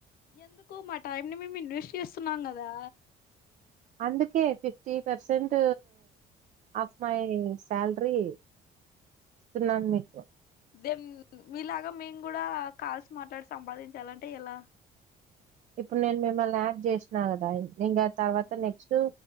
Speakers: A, on the left (about 60°); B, on the right (about 45°).
A: ఎందుకు మా టైం ని మేమ్ ఇన్వెస్ట్ చేస్తున్నాం గదా
B: అందుకే fifty percent of my salary ఇస్తున్నాన్ మీకు
A: దెన్ మీలాగా మేమ్ గుడా కాల్స్ మాట్లాడి సంపాదించాలంటే ఎలా
B: ఇప్పుడ్ నేన్ మిమ్మల్ని యాడ్ చేష్న గదా ఇంగ తర్వాత
A: ఆ
B: నెక్స్టు